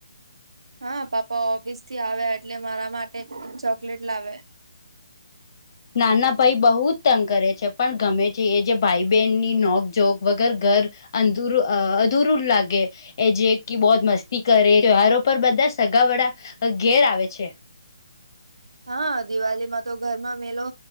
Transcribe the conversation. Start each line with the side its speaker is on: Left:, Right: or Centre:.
Right: હા પાપા ઓફિસ થી આવ્યા એટલે મારા માટે ચોકલેટ લાવે.
Left: નાના ભાઈ બહુ જ તંગ કરે છે પણ ગમે છે એ જે ભાઈ બહેનની નોક જોક વગર ઘર અંદુરુ અ અધુરુ લાગે. એ જે કે બહું મસ્તી કરે તહેવારો પર બધા સગા વડા ઘેર આવે છે.
Right: હા દિવાળીમાં તો ઘરમાં મેલો